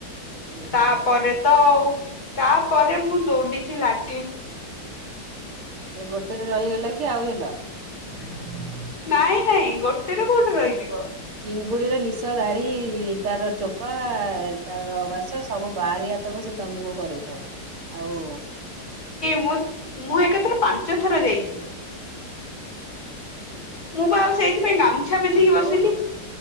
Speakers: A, on the right (about 85°); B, on the left (about 45°).
A: ଉଁ ହୁଁ।
B: ତାପରେ ତ ଆଉ। ତାପରେ ମୁଁ ଦୌଡିଛି ଲାଟିନ। <inaudible>
A: ସେ ଗୋଟେରେ ରହିଗଲା କି। କି ଆଉ ହେଲା।
B: <unintelligible> ନାଇଁ ନାଇଁ ଗୋଟେରେ କୋଉଠି ରହିଯିବ।
A: ଚିଙ୍ଗୁଡ଼ିର ନିଶ ଦାଢି ତାର ଚୋ ପା ତାର ମାସ ସବୁ ବାହାରି ଆତକୁ ସେ ତମକୁ କରିଥାଉ ଆଉ
B: ମୁ ମୁଁ ଏକାଥର ପାଞ୍ଚ ଥର ଯାଇଛି। ମୁଁ ବା ଆଉ ସେଇଥିପାଇଁ ଗାମୁଛା ପିନ୍ଧିକି ବସିଲି।
A: ଓହୋ